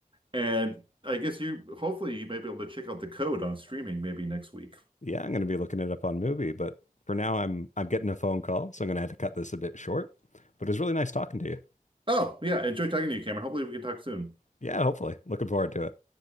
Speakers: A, on the right; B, on the left.
A: And I guess you, hopefully, you may be able to check out the code on streaming maybe next week.
B: Yeah, I'm gonna be looking it up on Movie, but for now I'm I'm getting a phone call, so I'm gonna have to cut this a bit short. But it was really nice talking to you.
A: Oh, yeah. Enjoy talking to you, Cameron. Hopefully, we can talk soon.
B: Yeah, hopefully. Looking forward to it.